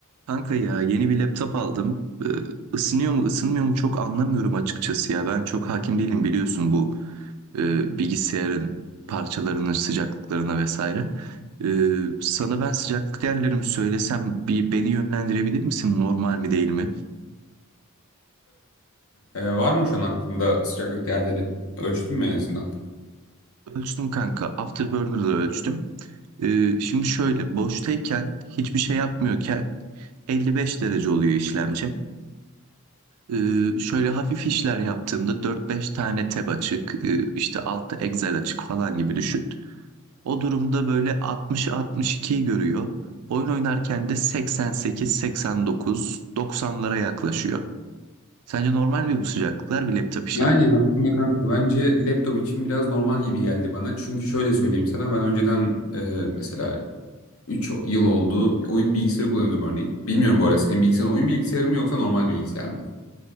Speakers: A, on the right; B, on the left.
A: Kanka ya yeni bir laptop aldım. Ee, ısınıyor mu ısınmıyor mu çok anlamıyorum açıkçası ya. Ben çok hakim değilim biliyorsun bu e, bilgisayarın parçalarının sıcaklıklarına vesaire. Ee, sana ben sıcaklık değerlerimi söylesem bir beni yönlendirebilir misin? Normal mi değil mi?
B: Ee, var mı şu an hakkında sıcaklık değerleri? Ölçtün mü en azından?
A: Ölçtüm kanka. Afterburner'da ölçtüm. Ee, şimdi şöyle boştayken hiçbir şey yapmıyorken 55 derece oluyor işlemcim. Ee, şöyle hafif işler yaptığımda dört beş tane tab açık, e, işte altta Excel açık falan gibi düşün. O durumda böyle 60-62'yi görüyor. Oyun oynarken de 88-89, 90'lara yaklaşıyor. Sence normal mi bu sıcaklıklar bir laptop işlemci?
B: Yani aslında kanka bence laptop için biraz normal gibi geldi bana. Çünkü şöyle söyleyeyim sana ben önceden e, mesela 3 yıl oldu oyun bilgisayarı kullanıyordum örneğin. Bilmiyorum bu arada senin bilgisayarın oyun bilgisayarı mı yoksa normal bilgisayar mı?